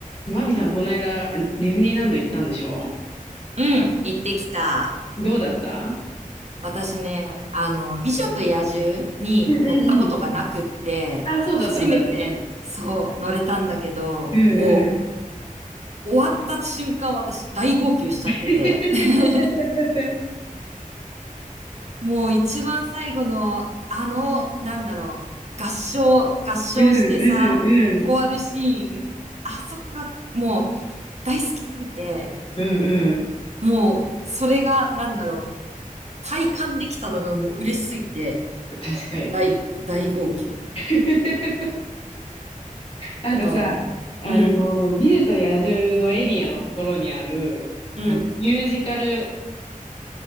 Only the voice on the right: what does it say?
うん、行ってきた。
私ね、あの、美女と野獣に乗ったことがなくって、
初めて、そう、乗れたんだけど、
もう、終わった瞬間私大号泣しちゃってて、
<laughs> もう一番最後の、あの、なんだろう、合唱、合唱してさ、
終わるシーン、あそこがもう大好きすぎて、
もう、それが、なんだろう、体感できたのがもう嬉しすぎて、
大、大号泣。
あと、
うん、
うん、
うん、